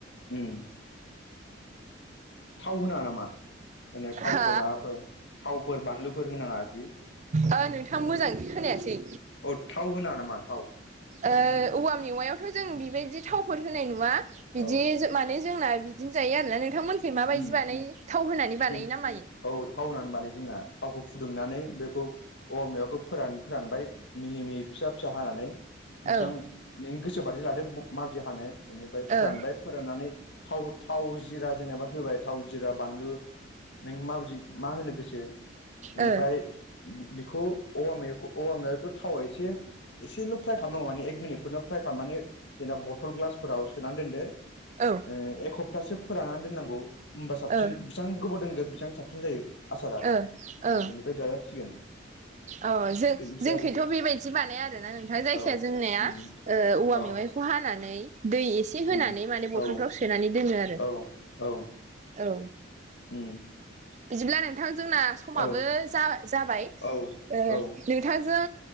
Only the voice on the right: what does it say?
हो
ओ नोंथां मोजां खोनायासै?
ओ औवा मेवायावथ' जों बिबायदि थावफोर होनाय नुवा बिदि
जों। माने जोंना बिदिनो जायो आरोना नोंथांमोखि माबायदि
बानायो थाव होनानै बानायो
नामा?
औ
ओ
ओ
औ
ओ
ओ
अ जो
जोंखैथ'
बेबायदि बानाया आरोना नोंथां जायखि
जाया जोंनिया
ओ औवा
मेवाय खौ हानानै दै एसे होनानै
माने बथलफ्राव
सोनानै दोनो आरो
औ
बिदिब्ला नोंथां जोंना समाबो
जा जाबाय
ओ
नोंथांजों